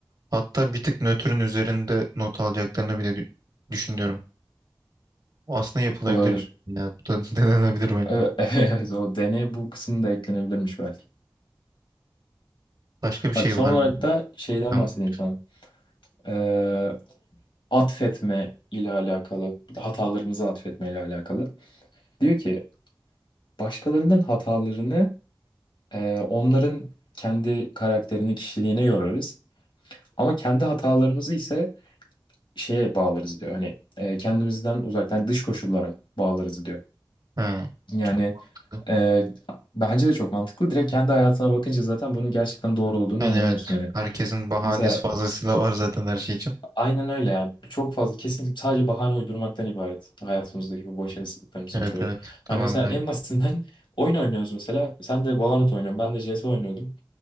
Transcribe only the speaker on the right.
Hatta bir tık nötrün üzerinde not alacaklarını bile dü- düşünüyorum. O aslında yapılabilir.
Ya bu da <laughs> denenebilir bence.
Başka bir şey
var
mı?
Tamam.
He,
çok mantıklı.
Yani
evet.
Herkesin bahanesi
fazlasıyla var zaten her şey için.
Evet
evet. Tamamen
öyle.